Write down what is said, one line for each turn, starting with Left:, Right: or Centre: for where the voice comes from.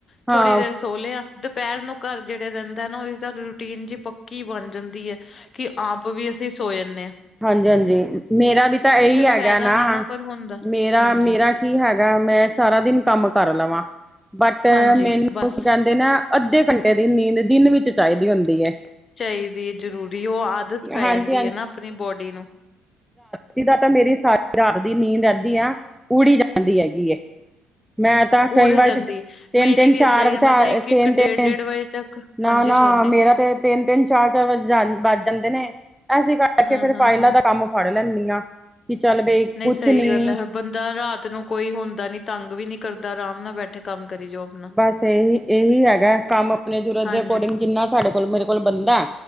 Left: ਥੋੜ੍ਹੀ
Centre: ਹਾਂ
Left: ਦੇਰ ਸੌ ਲੇਆ, ਦੁਪੈਰ ਨੂੰ ਘਾਰ ਜੇੜੇ ਰੈਂਦਾ ਨਾ, ਓਦੀ ਤਾ ਰੂਟੀਨ ਜੀ ਪੱਕੀ ਬਾਨ ਜਾਂਦੀ ਏ ਕਿ ਆਪ ਵੀ ਅਸੀ ਸੋ ਜਾਨੇ ਆ।
Centre: ਹਾਂਜੀ-ਹਾਂਜੀ ਮੇਰਾ ਵੀ ਤਾ ਐਈ ਹੈਗਾ
Left: ਫਾਇਦਾ
Centre: ਨਾ,
Left: ਨਹੀਂ ਪਰ ਹੁੰਦਾ
Centre: ਮੇਰਾ-ਮੇਰਾ
Left: ਹਾਂਜੀ
Centre: ਕੀ ਹੈਗਾ, ਮੈਂ ਸਾਰਾ ਦਿਨ ਕਾੰਮ ਕਾਰ ਲਵਾਂ, ਬਟ
Left: ਹਾਂਜੀ
Centre: ਮੈਨੂੰ
Left: ਬਸ
Centre: ਕੀ ਕੈਂਦੇ ਨਾ ਅੱਧੇ ਘੰਟੇ ਦੀ ਨੀਂਦ ਦਿਨ ਵਿੱਚ ਚਾਈਦੀ ਹੁੰਦੀ ਏ।
Left: ਚਾਈਦੀ ਏ ਜਰੂਰੀ, ਓ ਆਦਤ ਪੈ
Centre: ਹਾਂਜੀ
Left: ਜਾਂਦੀ ਏ ਨਾ, ਅਪਨੀ ਬੋਡੀ ਨੂੰ।
Centre: ਤੀ ਦਾ ਤਾਂ ਮੇਰੀ ਸਾਰੀ ਰਾਤ ਦੀ ਨੀਂਦ ਐੱਦੀ ਆਂ, ਉੜ ਈ ਜਾਂਦੀ ਹੈਗੀ ਏ। ਮੈਂ ਤਾਂ ਕਈ
Left: ਉੜ
Centre: ਵਾਰੀ,
Left: ਜਾਂਦੀ
Centre: ਤਿੰਨ-ਤਿੰਨ
Left: ਮੇਰੀ ਵੀ
Centre: ਚਾਰ-ਚਾਰ,
Left: ਏਦਾਂ ਹੀ ਆ ਮੈਂ ਤਾਂ ਇੱਕ
Centre: ਤਿੰਨ-ਤਿੰਨ
Left: ਇੱਕ ਡੇਢ ਡੇਢ ਵਜੇ ਤੱਕ
Centre: ਨਾ-ਨਾ
Left: ਹਾਂਜੀ ਸੋਨੇ
Centre: ਮੇਰਾ ਤੇ ਤਿੰਨ-ਤਿੰਨ ਚਾਰ ਸਵਜ ਜਾਨ ਵਾੱਜ ਜਾਂਦੇ ਨੇ, ਐਸੀ ਕਾਰਕੇ
Left: ਹਾਂ
Centre: ਫੇਰ
Left: ਹਾਂ
Centre: ਫਾਈਲਾਂ
Left: ਹਾਂ
Centre: ਦਾ ਕਾੰਮ ਫਾੜ ਲੈਂਨੀ ਆਂ ਵੀ ਚੱਲ ਬਈ
Left: ਨਈ
Centre: ਕੁਛ
Left: ਸਈ
Centre: ਨੀ
Left: ਗਾੱਲ ਐ ਹਬ ਬੰਦਾ ਰਾਤ ਨੂੰ ਕੋਈ ਹੋਂਦਾ ਨੀ, ਤਾੰਗ ਵੀ ਨੀ ਕਰਦਾ ਰਾਮ ਨਾਲ ਬੈਠੇ ਕਾੰਮ ਕਰੀ ਜਾਓ। ਆਪਣਾ
Centre: ਬਾੱਸ ਏਹੀ-ਏਹੀ ਹੈਗੈ, ਕਾੰਮ ਅਪਨੀ ਜ਼ਰੂਰਤ
Left: ਹਾਂਜੀ
Centre: ਦੇ ਐਕੋਰਡਿੰਗ ਜਿੰਨਾ ਸਾਡੇ ਕੋਲ, ਮੇਰੇ ਕੋਲ ਬਨਦੈ